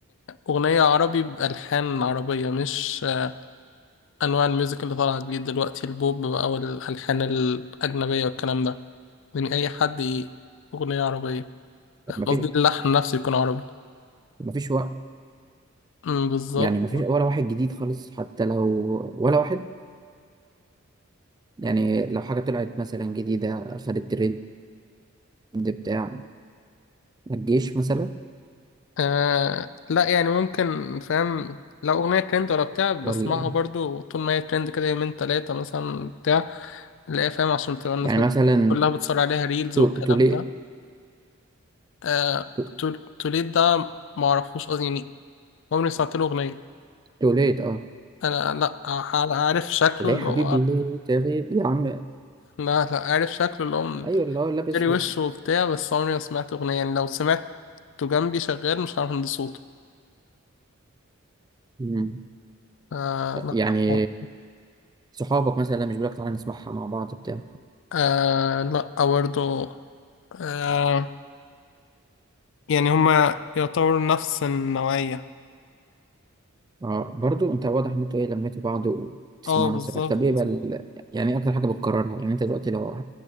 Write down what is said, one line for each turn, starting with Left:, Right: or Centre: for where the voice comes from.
Left: اغنيه عربي بالحان عربيه مش آه، انواع الميوزك اللي طالعه جديد دلوقتي البوب بقى والالحان الاجنبيه والكلام ده من أي حد ي- أغنية عربية
Right: ما
Left: قصدي
Right: فيش
Left: اللحن نفسه يكون عربي
Right: ما فيش وقت
Left: أمم، بالظبط
Right: يعني ما فيش ولا واحد جديد خالص حتى لو ولا واحد يعني لو حاجة طلعت مثلا جديدة خدت ترند بتاع الجيش مثلا
Left: آه لا يعني ممكن فاهم لو أغنية ترند ولا بتاع بسمعها
Right: ولا إيه؟
Left: برضو طول ما هي ترند كده يومين تلاتة مثلا بتاع لا فاهم عشان تبقى الناس
Right: يعني
Left: بت-
Right: مثلا
Left: كلها بتصور عليها ريلز
Right: تو-
Left: والكلام
Right: توليت
Left: ده آه
Right: تو-
Left: تول- توليد ده معرفوش أصلا يعني عمري سمعت له أغنية
Right: توليت اه
Left: أنا لا ع- عارف شكله
Right: ليه
Left: اللي
Right: يا حبيبي
Left: هو
Right: ليه تغيب يا عم
Left: لا لا عارف شكله اللي هو
Right: ايوه اللي هو لابس
Left: جري وشه
Right: ب...
Left: وبتاع بس عمري ما سمعت أغنية يعني لو سمعته جنبي شغال مش عارف أهندي صوته
Right: مم.
Left: آه لا
Right: يعني
Left: خالص.
Right: صحابك مثلا مش بيقولك تعالى نسمعها مع بعض بتاع
Left: آه لا برضه آه يعني هما يعتبروا نفس النوعية
Right: اه برضو انت واضح ان انتوا ايه لميتوا بعض وتسمعوا
Left: اه بالظبط
Right: نفس الحاجه طب ايه بقى ال- يعني ايه اكتر حاجه بتكررها يعني انت دلوقتي لو